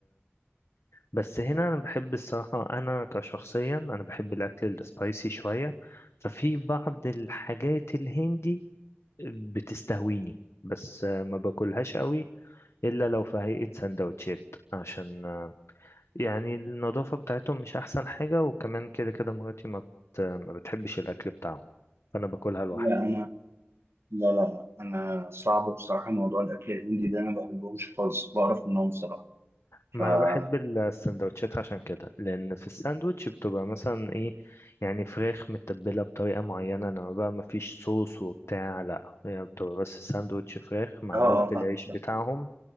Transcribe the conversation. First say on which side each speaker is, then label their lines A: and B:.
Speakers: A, on the left; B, on the right.
A: بس هنا انا بحب الصراحه انا كشخصيا انا بحب الاكل السبايسي شويه ففي بعض الحاجات الهندي بتستهويني بس آه، ما باكلهاش قوي الا لو في هيئه سندوتشات عشان آه، يعني النظافه بتاعتهم مش احسن حاجه وكمان كده كده مراتي ما بت- ما بتحبش الاكل بتاعهم فانا باكلها لوحدي
B: لا انا لا لا انا صعب بصراحه موضوع الاكل الهندي ده انا ما بحبهمش خالص بعرف منهم بصراحه
A: ما
B: ف اه
A: انا بحب السندوتشات عشان كده لان في الساندوتش بتبقى مثلا ايه يعني فراخ متبله بطريقه معينه انما بقى ما فيش صوص وبتاع لا هي بتبقى بس ساندوتش فراخ معمول
B: آه،
A: في
B: فاهم
A: العيش
B: فاهم.
A: بتاعهم